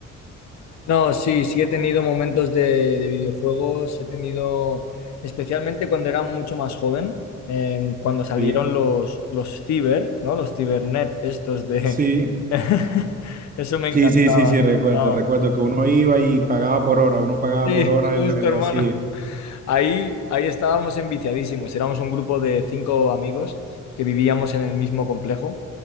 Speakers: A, on the left (about 65°); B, on the right (about 30°).
A: No, sí, sí he tenido momentos de, de videojuegos, he tenido, especialmente cuando era mucho más joven, eh, cuando salieron
B: Sí,
A: los, los ciber, ¿no? Los cibernet, estos de...
B: sí.
A: <laughs> Eso me encantaba.
B: Sí, sí, sí, sí, recuerdo,
A: No,
B: recuerdo que uno iba y pagaba por hora, uno pagaba
A: sí,
B: por hora
A: justo,
B: en, lo- en
A: hermano.
B: los CIE.
A: Ahí, ahí estábamos enviciadísimos. Éramos un grupo de cinco amigos que vivíamos en el mismo complejo